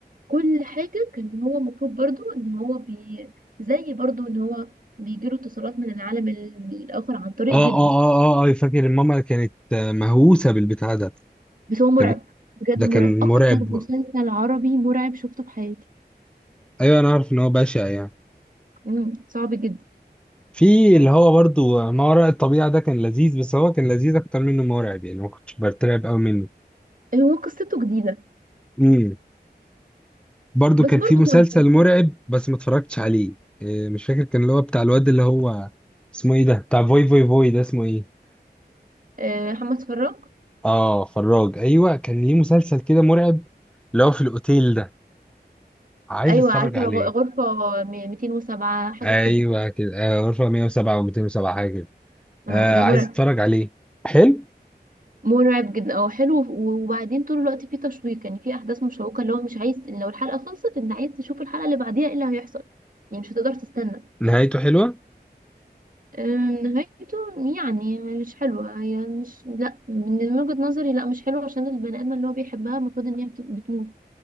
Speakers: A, on the right (about 50°); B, in the centre.
A: كل حاجة كان هو المفروض برضو ان هو بي زي برضو ان هو بيجيله اتصالات من العالم ال- الآخر عن طريق
B: اه
A: جده
B: اه اه اه آه، أيوة، فاكر ماما كانت آه، مهووسة بالبتاع ده
A: بس هو مرعب
B: كانت بت-
A: بجد
B: ده كان
A: مرعب أكتر
B: مرعب
A: مسلسل عربي مرعب شفته في حياتي
B: ايوه انا عارف ان هو بشع يعني
A: مم. صعب جدا
B: في اللي هو برضو آه، ما وراء الطبيعة ده كان لذيذ بس هو كان لذيذ اكتر منه مرعب يعني ما كنتش برتعب قوي منه
A: هو قصته جديدة
B: امم برضو
A: بس
B: كان
A: برضو
B: في مسلسل
A: مرعب
B: مرعب بس ما اتفرجتش عليه آه، مش فاكر كان اللي هو بتاع الواد اللي هو اسمه ايه ده بتاع فوي فوي فوي ده اسمه ايه
A: آه، محمد فراج
B: اه فراج ايوه كان ليه مسلسل كده مرعب اللي هو في الاوتيل ده عايز
A: أيوة
B: اتفرج
A: عارفة
B: عليه
A: غ- غرفة 207 حاجة
B: ايوه
A: كده
B: كده آه، غرفة 107 و207 حاجة كده
A: اه
B: آه
A: ده
B: عايز
A: مرعب
B: اتفرج عليه حلو
A: مرعب جدا اه حلو وبعدين طول الوقت فيه تشويق يعني فيه احداث مشوقه اللي هو مش عايز لو الحلقه خلصت انت عايز تشوف الحلقه اللي بعديها ايه اللي هيحصل يعني مش هتقدر تستنى
B: نهايته حلوة
A: أم، نهايته يعني مش حلوه هي مش لا من وجهه نظري لا مش حلوه عشان البني ادم اللي هو بيحبها المفروض ان هي بت- بتموت